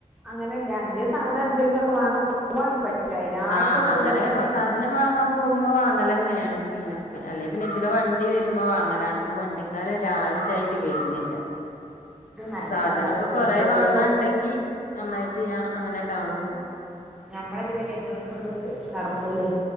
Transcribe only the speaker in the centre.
അങ്ങനെല്ല എന്തേലും സാധനം എന്തെങ്കിലും ഒക്കെ വാങ്ങാൻ പോവാണെങ്കിൽ പറ്റും അതിനായിട്ട്
പോകുമ്പോത്തിനെയ്
ഇത് നല്ല
പൈസായിട്ട്
ഓൽക്കൊക്കെ
ഞമ്മളെ ഇതിലെ വരുന്നോൽക്കൊന്നിതു നടക്കൂലെയ്